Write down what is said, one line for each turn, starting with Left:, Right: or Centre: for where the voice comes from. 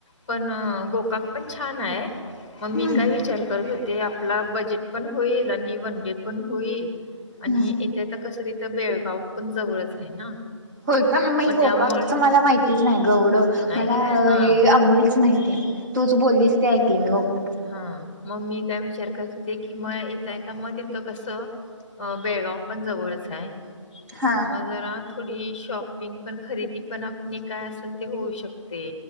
Left: पण गोकाक पण छान आहे, मग मी
Right: हम्म
Left: काय विचार करत हो ते आपला बजेट पण होईल आणि वन डे पण होईल
Right: हम्म
Left: आणि येता यता कस ते बेळगाव पण जवळच आहे ना.
Right: होय का मी
Left: मग
Right: गोकाकच
Left: त्यामुळे
Right: मला माहितीच नाही ग येवडं
Left: नाही
Right: मला
Left: काय?
Right: अह
Left: हां,
Right: हे अंबोलीच माहितीय तूच बोललीस ते ऐकली मी हो का.
Left: हा मग मी काय विचार करत ते की म येतयता मग तिथ कसं अह बेळगाव पण जवळच आहे.
Right: हा
Left: मग जरा थोडी शॉपिंग पण खरेदी पण अपनी काय असेल ते होऊ शक ते